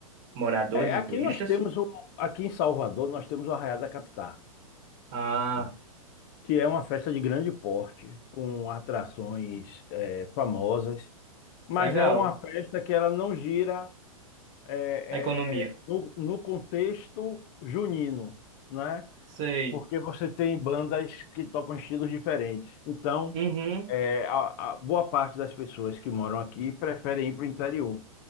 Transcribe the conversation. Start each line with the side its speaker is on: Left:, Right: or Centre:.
Right: moradores
Left: é, aqui
Right: e turistas.
Left: nós temos o, aqui em Salvador nós temos o Arraiá da Capitá,
Right: Ah,
Left: né? Que é uma festa de grande porte, com atrações é, famosas, mas
Right: legal.
Left: é uma festa que ela não gira. é,
Right: A economia.
Left: é, no, no contexto junino, né?
Right: Sei.
Left: Porque você tem bandas que tocam estilos diferentes. Então,
Right: Uhum.
Left: é, a, a boa parte das pessoas que moram aqui preferem ir para o interior,